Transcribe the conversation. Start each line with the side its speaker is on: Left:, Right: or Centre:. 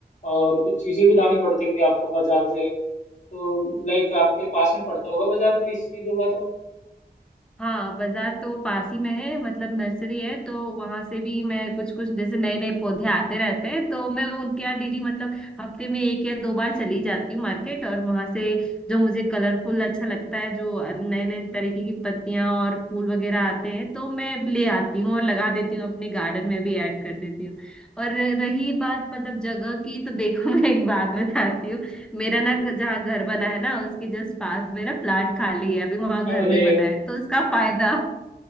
Left: और कुछ चीजें भी लानी पड़ती होंगी आपको बाजार से तो लाइक आपके पास में पड़ता होगा बाजार फिर इस चीजों का तो
Centre: हाँ बाजार तो पास ही में है मतलब नर्सरी है तो वहां से भी मैं कुछ कुछ जैसे नए नए पौधे आते रहते हैं तो मैं उनके यहाँ डेली मतलब हफ्ते में एक या दो बार चली जाती हूँ मार्केट और वहां से जो मुझे कलरफुल अच्छा लगता है जो नए नए तरीके की पत्तियां और फूल वगैरह आते हैं तो मैं ले आती हूँ और लगा देती हूँ अपने गार्डन में भी ऐड कर देती हूँ और रही बात मतलब जगह की तो देखो <laughs> मैं एक बात बताती हूँ मेरा
Left: हाँ जी
Centre: ना जहाँ घर बना है ना उसके जस्ट पास में ना प्लाट खाली है अभी वहां
Left: अरे
Centre: घर नहीं बना है तो उसका फायदा